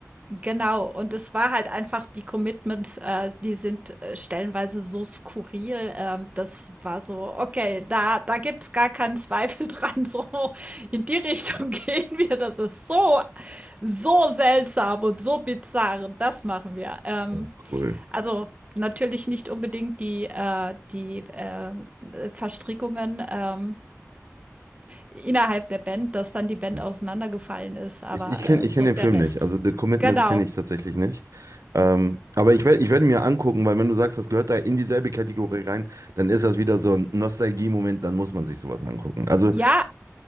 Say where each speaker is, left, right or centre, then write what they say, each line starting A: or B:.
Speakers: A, on the right; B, on the right.
A: Genau, und es war halt einfach die Commitments, äh, die sind äh, stellenweise so skurril. Ähm, das war so, okay, da, da gibt's gar keinen Zweifel <laughs> dran. So in die Richtung <laughs> gehen wir. Das ist so, so seltsam und so bizarr. Und das machen wir. Ähm,
B: Ja, Cool.
A: also natürlich nicht unbedingt die, äh, die äh, Verstrickungen ähm, innerhalb der Band, dass dann die Band
B: Ja.
A: auseinandergefallen ist, aber
B: Ich, ich kenne
A: äh,
B: ich
A: so
B: kenn den
A: der
B: Film
A: Rest.
B: nicht, also The Commitments
A: Genau.
B: kenne ich tatsächlich nicht. Ähm, aber ich, werd- ich werde mir angucken, weil wenn du sagst, das gehört da in dieselbe Kategorie rein, dann ist das wieder so ein Nostalgie-Moment, dann muss man sich sowas angucken. Also
A: Ja,